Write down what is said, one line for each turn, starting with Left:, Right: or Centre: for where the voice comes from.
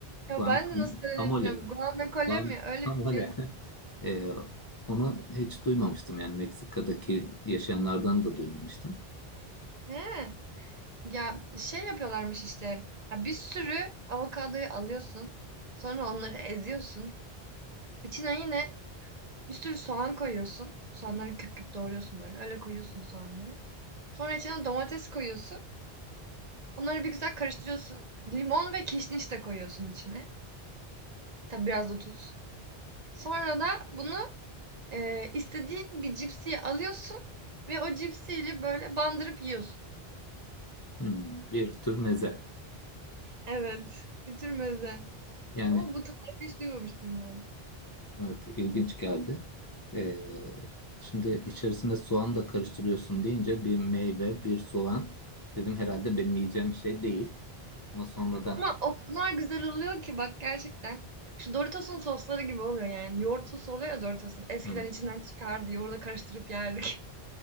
Right: Ya
Left: Guacamole
Right: ben de nasıl söylediğimi bilmiyorum.
Left: mi?
Right: Guacamole
Left: Guacamole.
Right: mi? Öyle bir şey.
Left: <laughs> Ee, onu hiç duymamıştım yani Meksika'daki yaşayanlardan da duymamıştım.
Right: He. Ya şey yapıyorlarmış işte. Ya bir sürü avokadoyu alıyorsun. Sonra onları eziyorsun. İçine yine Bir sürü soğan koyuyorsun. Soğanları küp küp doğruyorsun böyle. Öyle koyuyorsun soğanları. Sonra içine domates koyuyorsun. Onları bir güzel karıştırıyorsun. Limon ve kişniş de koyuyorsun içine. Tabi biraz da tuz. Sonra da bunu eee, istediğin bir cipsiyi alıyorsun ve o cipsiyle böyle bandırıp yiyorsun.
Left: Hmm, bir tür meze.
Right: Evet. Bir tür meze.
Left: Yani
Right: Ama bu tarifi hiç duymamıştım yani.
Left: evet ilginç geldi. Ee, şimdi içerisine soğan da karıştırıyorsun deyince bir meyve, bir soğan dedim herhalde benim yiyeceğim bir şey değil. Ama sonradan
Right: Ama o kadar güzel oluyor ki bak gerçekten. Şu Doritos'un sosları gibi oluyor yani. Yoğurt sosu oluyor ya Doritos'un. Eskiden
Left: evet
Right: içinden çıkardı. Yoğurda karıştırıp yerdik.